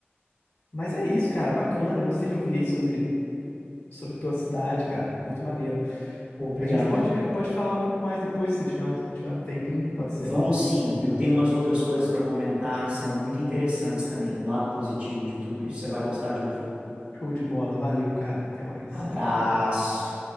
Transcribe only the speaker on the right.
Pô, Obrigado.
Vamos sim, eu tenho umas outras coisas para comentar que são muito interessantes também, o lado positivo de tudo isso. Você vai gostar de ouvir.
Abraço!